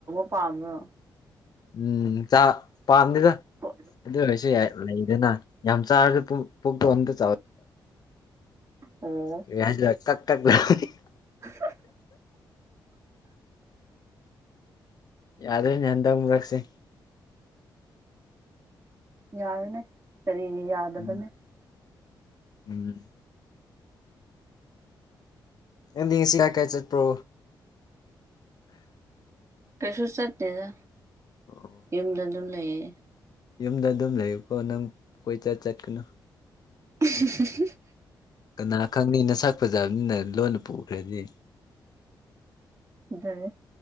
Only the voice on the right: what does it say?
ꯄꯥꯝꯕꯔꯣ꯫
ꯄꯣ
ꯑꯣ
<inaudible>
ꯌꯥꯔꯅꯦ ꯀꯔꯤꯒꯤ ꯌꯥꯗꯕꯅꯦ
꯫
ꯀꯩꯁꯨ ꯆꯠꯇꯦꯗ
ꯌꯨꯝꯗ ꯑꯗꯨꯝ ꯂꯩꯌꯦ꯫
<inaudible>
ꯗꯨꯅꯤ